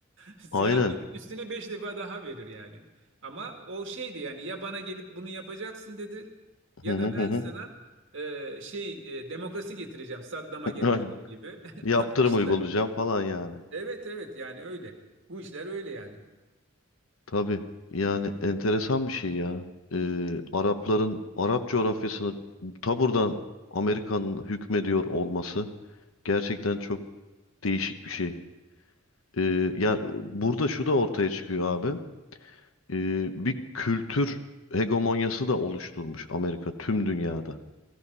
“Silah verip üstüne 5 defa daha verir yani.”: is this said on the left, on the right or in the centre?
Right